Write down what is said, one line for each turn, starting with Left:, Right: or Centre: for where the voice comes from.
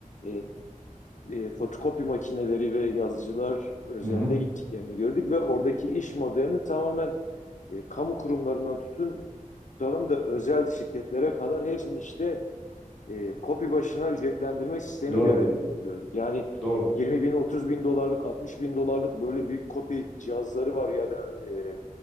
Left: e, e, fotokopi makineleri ve yazıcılar üzerinde
Centre: hı hı.
Left: gittiklerini gördük ve oradaki iş modelinin tamamen e, kamu kurumlarından tutun tutalım da özel şirketlere kadar hepsinin işte e, kopi başına ücretlendirme sistemiyle
Centre: Doğru,
Left: verildiğini gördük. Yani
Centre: doğru.
Left: 20 bin, 30 bin dolarlık, 60 bin dolarlık böyle büyük kopi cihazları var ya da e,